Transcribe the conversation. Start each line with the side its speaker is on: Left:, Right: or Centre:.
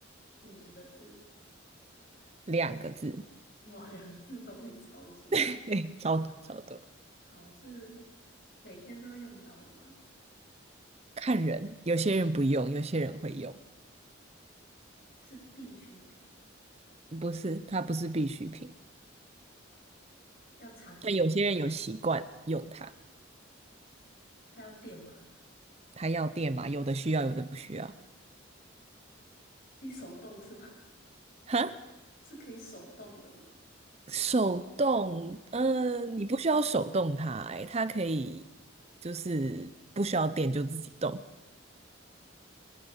Left: 嗯，几个字。
Right: 两个字，
Left: <laughs> 哇，两字东西超级多。
Right: <laughs> 嘿超多超多，
Left: 好，是每天都会用到的吗？
Right: 看人，有些人不用，有些人会用，
Left: 是必需品，
Right: 不是，它不是必需品，
Left: 要插电吗？
Right: 但有些人有习惯用它，
Left: 它要电吗？
Right: 它要电嘛，有的需要，有的不需要。
Left: 可以手动是吗？
Right: 哈，
Left: <laughs> 是可以手动的吗？
Right: 手动，嗯，
Left: 它
Right: 你不需要手动它、欸，它可以就是不需要电就自己动，